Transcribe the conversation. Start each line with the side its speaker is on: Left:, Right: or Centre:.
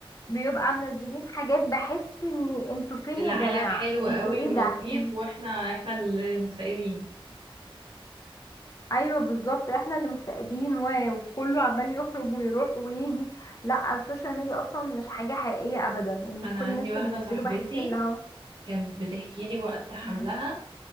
Left: بيبقى منزلين حاجات بحس ان انتوا فين
Right: العالم
Left: يا جماعة
Right: حلو قوي
Left: انتوا ايه
Right: ولطيف
Left: ده إن-
Right: واحنا احنا اللي مكتئبين
Left: ايوه بالظبط احنا اللي مكتئبين و- وكله عمال يخرج ويروح ويجي لا السوشيال ميديا اصلا مش حاجة حقيقية ابدا ان
Right: انا
Left: كل
Right: عندي
Left: الناس
Right: واحدة
Left: اللي بينزلوا
Right: صاحبتي
Left: بحس اللي هو
Right: كانت بتحكي لي وقت حملها
Left: امم